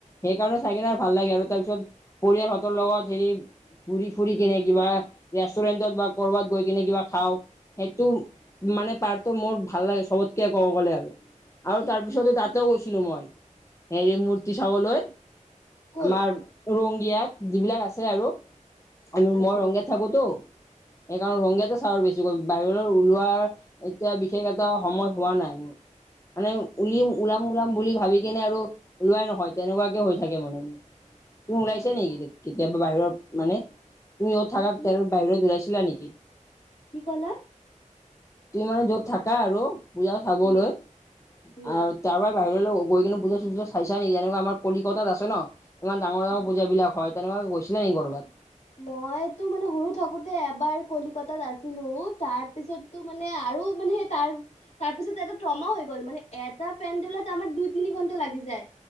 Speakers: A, on the left; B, on the left.
A: সেইকাৰণে চাই কিনে ভাল লাগে আৰু তাৰ পিছত পৰিয়ালহতৰ লগত হেৰি। ঘুৰি ফুৰি কিনে কিবা ৰেষ্টুৰেণ্টত বা ক'বাত গৈ কিনে কিবা খাওঁ সেইটো। মানে পাৰটো মোৰ ভাল লাগে সবতকে ক'ব গ'লে আৰু
B: ঠিক
A: তাৰ পিছত
B: ঠিক
A: তাতেও
B: ঠিক
A: গৈছো। গৈছিলো মই হেৰি মূৰ্তি চাবলৈ
B: ক'ত
A: আমাৰ। ৰংগিয়াত যিবিলাক আছে আৰু মই
B: আচ্ছা
A: ৰঙগিয়াত। থাকোতো সেইকাৰণ ৰঙীয়াতে চাহৰ বেছি গ'ল বাহিৰলৈ ওলোৱা। এতিয়া বিশেষ এটা সময় হোৱা নাই মোৰ মানে উলি
B: অ
A: ওলাম ওলাম বুলি ভাবি। কিনে আৰু ওলোৱাই নহয় তেনেকুৱাকে হৈ থাকে মানে মোৰ তুমি ওলাইছা
B: হয়
A: নেকি।
B: হয়
A: কেতিয়াবা বাহিৰত মানে তুমি ইয়াত
B: কি
A: থাকা
B: কি
A: বাহিৰত ওলাইছিলা নেকি।
B: কি ক'লা?
A: তুমি মানে য'ত থাকা আৰু পূজা চাবলৈ
B: উম
A: আহ,
B: উম
A: তাৰ পৰাই বাহিৰলৈ গৈ কিনে বুজা চুজা চাইছা নেকি যেনেকুৱা আমাৰ কলিকতাত আছে ন। ইমান ডাঙৰ ডাঙৰ
B: অ,
A: পূজািলাক হয় তেনেকুৱা গৈছিলা নেকি ক'ৰবাত।
B: মইতো মানে সৰু থাকোতে এবাৰ কলিকতাত আছিলো তাৰ পিছত। তটো মানে আৰু মানে তাৰ। তাৰপিছত এইটো ট্ৰমা হৈ গল মানে এটা পেণ্ডেলত আমাৰ দুই তিনি ঘণ্টা লাগি যায়।